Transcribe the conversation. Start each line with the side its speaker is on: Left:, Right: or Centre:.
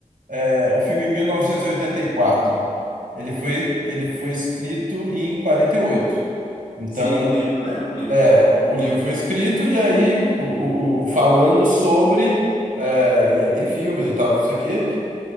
Right: é, o filme 1984, ele foi, ele foi escrito em 48. Então,
Left: Sim, o livro, né? O livro.
Right: é, o, o livro foi escrito e aí o, o- o- falando sobre, é, e aí tem filmes e tal, não sei o quê.